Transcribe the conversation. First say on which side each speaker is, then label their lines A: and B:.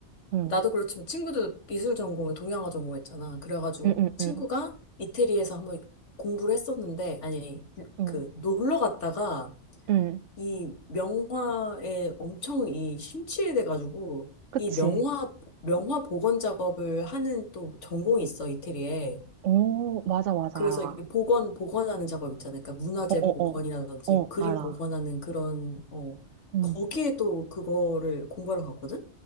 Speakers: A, on the right; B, on the left.
A: 응,
B: 나도 그렇지만 친구도 미술 전공을 동양화 전공했잖아. 그래가지고
A: 응, 응,
B: 친구가
A: 응,
B: 이태리에서 한번 공부를 했었는데, 아니,
A: 응,
B: 그, 놀러 갔다가
A: 응.
B: 이 명화에 엄청 이 심취해 돼가지고,
A: 그치.
B: 이 명화, 명화 복원 작업을 하는 또 전공이 있어, 이태리에.
A: 오, 맞아, 맞아,
B: 그래서
A: 알아.
B: 이게 복원, 복원하는 작업 있잖아요. 그러니까 문화재
A: 어, 어,
B: 복원이라든지
A: 어, 어,
B: 그림
A: 알아.
B: 복원하는 그런, 어,
A: 음.
B: 거기에 또 그거를 공부하러 갔거든?